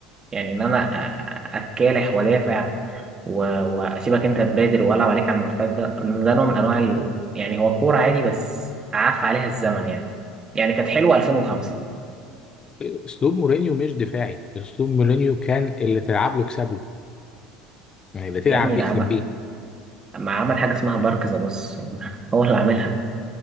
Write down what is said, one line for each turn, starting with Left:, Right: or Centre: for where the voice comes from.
Right: يعني إن أنا آه، أتكالح وأدافع و- وأسيبك أنت تبادر وألعب عليك على المرتدة ده نوع من أنواع ال... يعني هو كورة عادي بس عاف عليها الزمن يعني يعني كانت حلوة 2005
Left: اسلوب مورينيو مش دفاعي اسلوب مورينيو كان اللي تلعب له كسب له يعني اللي تلعب
Right: يا ابني
Left: بيه
Right: ده
Left: كسب
Right: عمل
Left: بيه
Right: ما عمل حاجة اسمها بارك ذا بص يعني <laughs> هو اللي عاملها